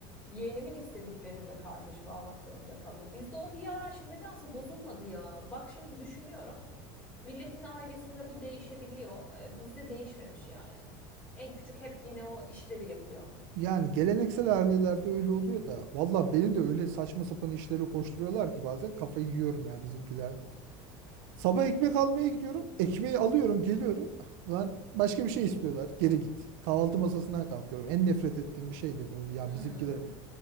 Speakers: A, on the left; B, on the right.
A: Yeğenimin istediklerini de kardeşime almak zorunda kalıyor. Bizde o hiyerarşi nedense bozulmadı ya. Bak şimdi düşünüyorum. Milletin ailesinde bu değişebiliyor. Ee, Bizde değişmemiş yani. En küçük hep yine o işleri yapıyor.
B: yani geleneksel ailelerde öyle oluyor da. Valla beni de öyle saçma sapan işlere koşturuyorlar ki bazen kafayı yiyorum ya bizimkiler. Sabah ekmek almaya gidiyorum. Ekmeği alıyorum, geliyorum. Ben başka bir şey istiyorlar. Geri git. Kahvaltı masasından kalkıyorum. En nefret ettiğim bir şeydi bu. Ya
A: Hmm.
B: bizimkiler